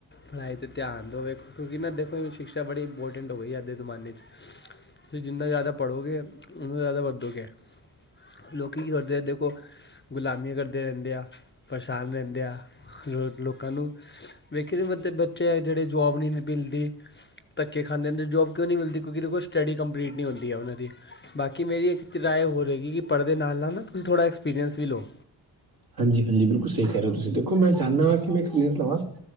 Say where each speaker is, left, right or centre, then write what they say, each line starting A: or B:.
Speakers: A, on the left; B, on the right.
A: ਪੜ੍ਹਾਈ ਤੇ ਧਿਆਨ ਦਿਉ ਵੇਖੋ ਤੁਸੀ ਨਾ ਦੇਖੋ ਸ਼ਿਕਸ਼ਾ ਬੜੀ ਇੰਪੋਰਟੈਂਟ ਹੋ ਗਈ ਅੱਜ ਦੇ ਜ਼ਮਾਨੇ 'ਚ। ਤੁਸੀਂ ਜਿੰਨਾ ਜ਼ਿਆਦਾ ਪੜ੍ਹੋਗੇ, ਉਨਾ ਜ਼ਿਆਦਾ ਵੱਧੋਗੇ। ਲੋਕ ਕੀ ਕਰਦੇ ਦੇਖੋ ਗੁਲਾਮੀਆਂ ਕਰ ਕਰ ਦੇ ਰਹਿੰਦੇ ਆ ਪਰੇਸ਼ਾਨ ਰਹਿੰਦੇ ਆ ਲੋਕਾਂ ਨੂੰ ਵੇਖੇ ਨੀ ਬੱਚੇ ਜਿਹੜੇ ਜ ਜੋਬ ਨਹੀਂ ਮਿਲਦੀ। ਧੱਕੇ ਖਾਂਦੇ ਹੁੰਦੇ ਜੋਬ ਕਿਉਂ ਨਹੀਂ ਮਿਲਦੀ ਕਿਉਂਕਿ ਦੇਖਲ ਸਟੱਡੀ ਕੰਪਲੀਟ ਨਹੀਂ ਹੁੰਦੀ ਐ ਉਹਨਾਂ ਦੀ। ਬਾਕੀ ਮੇਰੀ ਇੱਕ ਰਾਏ ਹੋਰ ਰ ਹੈਗੀ ਕਿ ਪੜ੍ਹਦੇ ਨਾਲ ਨਾਲ ਨਾ ਤੁਸੀਂ ਥੋੜ੍ਹਾ ਐਕਸਪੀਰੀਅੰਸ ਵੀ ਲਓ।
B: ਹਾਂਜੀ- ਹਾਂਜੀ ਬਿਲਕੁਲ ਸਹੀ ਕਹਿ ਰਹੇ ਤੁਸੀਂ, ਦੇਖੋ ਮੈਂ ਚਾਹਨਾਂ ਵਾਂ ਕਿ ਮੈਂ ਐਕਸਪੀਰੀਅਸ ਕਰਾਂ